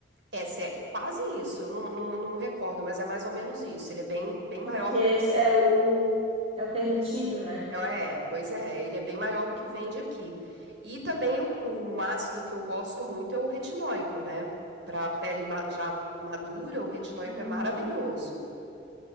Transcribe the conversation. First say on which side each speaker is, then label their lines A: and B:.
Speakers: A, on the right (about 70°); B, on the right (about 35°).
A: É, é quase isso, eu não, não, não recordo, mas é mais ou menos isso. Ele é bem, bem
B: Porque
A: maior do que.
B: é o, é o permitido, né?
A: É, é, pois é, ele é bem maior do que vende aqui. E também eu- um ácido que eu gosto muito é o retinóico, né? Pra pele ma- já madura, o retinóico
B: Uhum.
A: é maravilhoso.